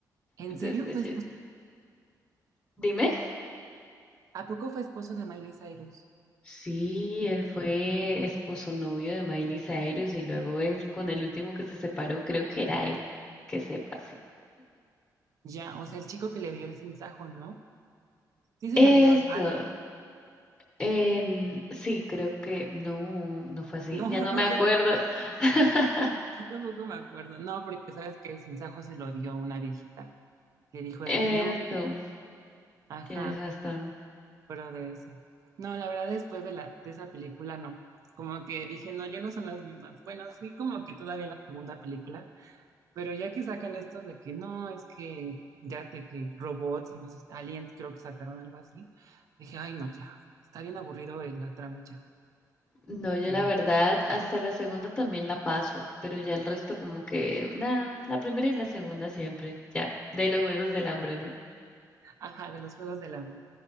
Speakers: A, on the right; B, on the left.
A: ¿En
B: Entonces,
A: serio fue esposo?
B: eh, Dime.
A: ¿A poco fue esposo de Miley Cyrus?
B: Sí, él fue esposo novio de Miley Cyrus y luego él con el último que se separó, creo que era él, que sepa, sí.
A: Ya, o sea, el chico que le dio el sinsajo, ¿no? Sí se
B: Eso,
A: lo dio Evan.
B: en- sí, creo que no, no fue así,
A: No,
B: ya
A: <laughs>
B: no
A: no
B: me acuerdo.
A: se lo dio.
B: <laughs>
A: Sí, tampoco me acuerdo. No, porque sabes que el sinsajo se lo dio una viejita que dijo
B: Eso,
A: de que no, ajá,
B: tienes razón.
A: pero de eso. No, la verdad, después de la, de esa película, no. Como que dije, no, ya no son las mismas. Bueno, sí, como que todavía la segunda película. Pero ya que sacan estos de que no, es que ya de que robots y no sé, aliens, creo que sacaron algo así, dije, ay, no, ya, está bien aburrido el- la trama ya.
B: No,
A: O
B: yo
A: sea,
B: la
A: no.
B: verdad hasta la segunda también la paso, pero ya el resto como que, nada, la primera y la segunda siempre, ya, de los Juegos del Hambre, ¿no?
A: Ajá, de los Juegos del Hambre.